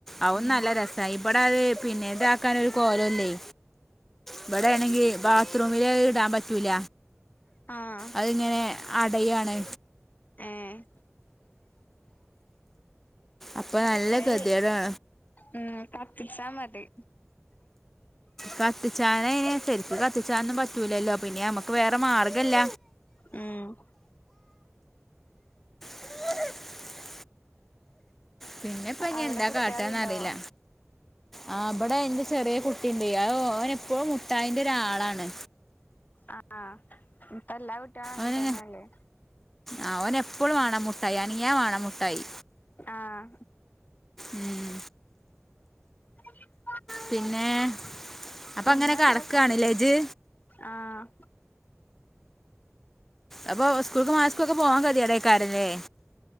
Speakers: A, in the centre; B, on the left.
A: അവും
B: ഉം
A: നല്ല രസ സൈപടാതെ പിന്നെത ആക്കാന ഒരു കോലംല്ലേ ഇവിടെയാണെങ്കിൽ ബാത്റൂമില് അത് ഇടാൻ പറ്റൂല
B: ആഹ്
A: അതിങ്ങനെ അടയാണ്
B: ഏഹ്
A: അപ്പൊ നല്ല
B: അത്
A: ഗതിയടാണ്
B: ഉം കത്തിച്ചാമതി
A: കത്തിച്ചാന് അയിന് ശരിക്ക് കത്തിച്ചാനൊന്നും പറ്റൂലല്ലോ പിന്നെ നമ്മക്ക് വേറെ മാർഗല്ല
B: ഉം
A: ഹ്ഹ പിന്നെപ്പം ഇനി
B: അവിടെ
A: എന്താ
B: കുട്ട്യാള്ണ്ടോ
A: കാട്ടാന്ന് അറീല ആ ഇവിടെ എന്റെ ചെറിയ കുട്ടിണ്ട് അ ഓൻ എപ്പോഴും മുഠായിന്റെ ഒരാളാണ്
B: ആഹ് ആ ഇപ്പം എല്ലാ കുട്ടികളും അങ്ങനെ
A: അവന്
B: തന്നെയല്ലേ
A: ആ ഓന് എപ്പോഴും വേണം മുട്ടായി അനങ്ങിയാ വേണം മുട്ടായി
B: ആഹ്
A: ഉം.
B: ഹാ <unintelligible>
A: പിന്നെ അപ്പൊ
B: പിന്നെന്താ
A: അങ്ങനെ കെടക്കാണ്
B: കൊഴപ്പല്ല
A: ലേ ജ്
B: ആഹ്
A: അപ്പൊ സ്കൂൾക്കും മദ്രസക്കും ഒക്കെ പോവാൻ കെതിയേടേക്കാരം ല്ലേ